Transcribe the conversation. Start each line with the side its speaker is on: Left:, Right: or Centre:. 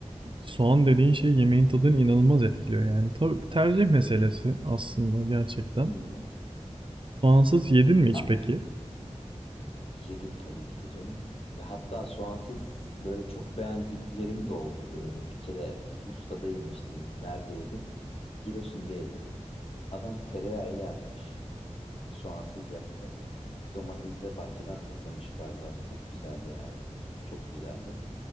Right: soğan dediğin şey yemeğin tadını inanılmaz etkiliyor yani. Tabii tercih meselesi aslında gerçekten.
Left: Hmm.
Right: Soğansız yedin mi hiç
Left: A
Right: peki?
Left: yedim tabii ki de canım. Ya hatta soğansız böyle çok beğendiklerim de oldu böyle. Bir kere bir ustada yemiştim. Nerede yedim? Giresun'da yedim. Adam tereyağıyla yapmış. Soğansız yaptı. Domatesi de bahçeden toplamış galiba. Çok güzeldi yani. Çok güzeldi.